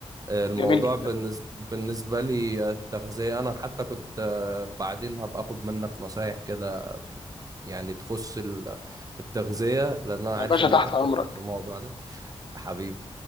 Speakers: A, on the right; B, on the left.
A: آه، الموضوع
B: جميل جدا
A: بالنسبه بالنسبه لي آه، التغذيه انا حتى كنت آه، بعدين هبقى اخد منك نصايح كده يعني تخص ال- التغذيه لان انا
B: يا
A: عارف
B: باشا
A: ان
B: تحت
A: انت بتفهم
B: امرك
A: في الموضوع ده حبيبي